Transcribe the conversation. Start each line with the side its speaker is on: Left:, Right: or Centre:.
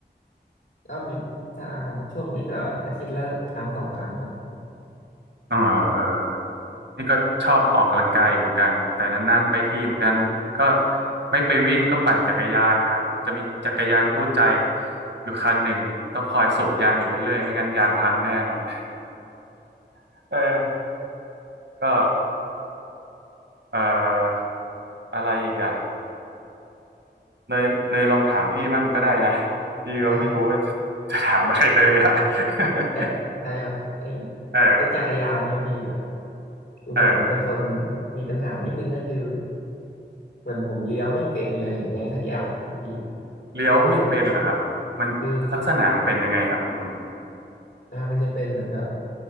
Left: ก็มีถ้าช่วงนี้ก็อาทิตย์ละครั้งสองครั้งครับ
Right: เออเออ นี่ก็ชอบออกกำลังกายอยู่เหมือนกันแต่นานๆไปทีเหมือนกันก็ไม่ไปวิ่งก็ปั่นจักรยานนะครับจะมีจักรยานคู่ใจอยู่คันหนึ่งต้องคอยสูบยางอยู่เรื่อยๆไม่งั้นยางพังแน่นอน <laughs> เออก็เอ่ออะไรอีกอ่ะเนยเนยลองถามพี่มั่งก็ได้นะพี่ก็ไม่รู้ว่า
Left: ได้
Right: <laughs> จะจะถามอะไรเนยละ <laughs>
Left: จัดได้ครับไอ้
Right: เออ
Left: ไอ้จักรยานเนี่ยพี่แบบคือผมอะเป็นคน
Right: เออ
Left: มีปัญหานิดนึงก็คือเหมือนผมเลี้ยวไม่เป็นเลยอย่างไงสักอย่างอะพี่
Right: เลี้ยวไม่เป็นเหรอครับมันลักษณะมันเป็นยังไงครับอืม
Left: คือคืออ่ามันจะเป็นเหมือนแบบ